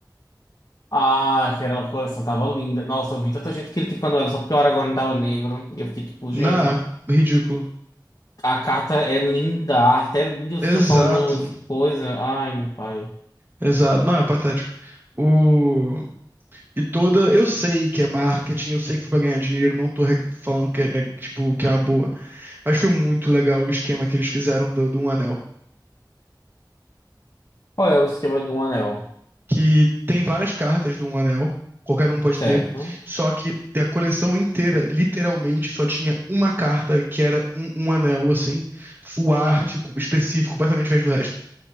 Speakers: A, on the left; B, on the right.
A: Ah, aquela coleção tava linda. Nossa, eu vi tanta gente criticando ela só porque o Aragorn tava negro. E eu fiquei tipo,
B: Não,
A: gente,
B: ridículo.
A: a carta é linda, a arte é linda e vocês
B: Exato,
A: estão falando essa coisa. Ai, meu pai.
B: exato. Não, é patético. O... E toda. Eu sei que é marketing, eu sei que foi pra ganhar dinheiro, não tô rec- falando que é, le- tipo, que é uma boa. Mas foi muito legal o esquema que eles fizeram do, do Um Anel.
A: Qual é o esquema do anel?
B: que tem várias cartas do Um Anel, qualquer um pode
A: Certo?
B: ter, só que da coleção inteira, literalmente, só tinha uma carta que era um, um anel, assim, full art, co- específico, completamente diferente do resto.